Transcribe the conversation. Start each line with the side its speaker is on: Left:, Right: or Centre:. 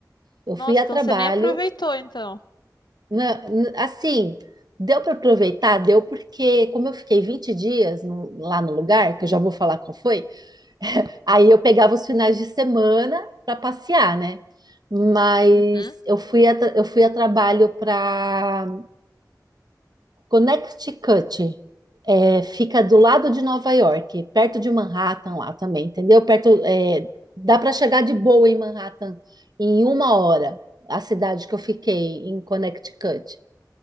Right: Eu fui
Left: Nossa,
Right: a
Left: então
Right: trabalho,
Left: você nem aproveitou, então.
Right: né, n- assim, deu para aproveitar, deu porque como eu fiquei 20 dias no- lá no lugar, que eu já vou falar qual foi, aí eu pegava os finais de semana para passear, né? Mas
Left: Uhum.
Right: eu fui a, tra- eu fui a trabalho para Connecticut. É, fica do lado de Nova York, perto de Manhattan lá também, entendeu? Perto, é, dá para chegar de boa em Manhattan em uma hora, a cidade que eu fiquei em Connecticut.